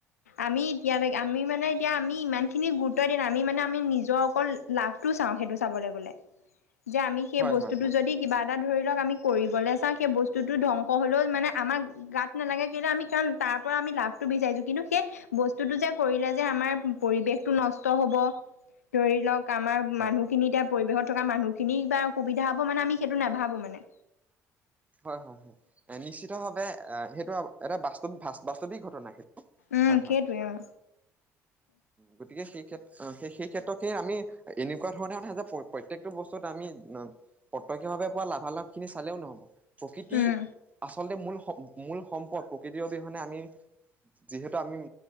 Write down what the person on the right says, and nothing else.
হয়
হয় হয়
হয়
হয় হয় হয়, নিশ্চিত ভাৱে এ সেইটো এটা বাস্তৱ বাস্তৱিক ঘটনা সেইটো।
হয়
হয়
গতিকে সেই ক্ষেত্ৰ সেই ক্ষেত্ৰখিনি আমি এনেকুৱা ধৰণে মানে যে প প্ৰত্যেকটো বস্তুত আমি প্ৰত্যক্ষভাৱে পোৱা লাভালাভ খিনি চালেও নহব। প্ৰকৃতি
আচলতে মূল সম মূল সম্পদ প্ৰকৃতিৰ অবিহনে আমি যিহেতু আমি